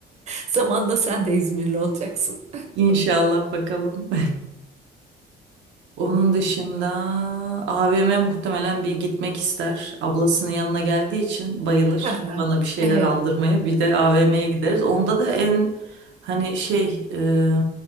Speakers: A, on the right; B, on the right.
A: Zamanla sen de İzmirli olacaksın.
B: İnşallah bakalım. <laughs> Onun dışında AVM muhtemelen bir gitmek ister. Ablasının yanına geldiği için bayılır
A: <laughs>
B: bana bir şeyler
A: Evet.
B: aldırmaya. Bir de AVM'ye gideriz. Onda da en hani şey e,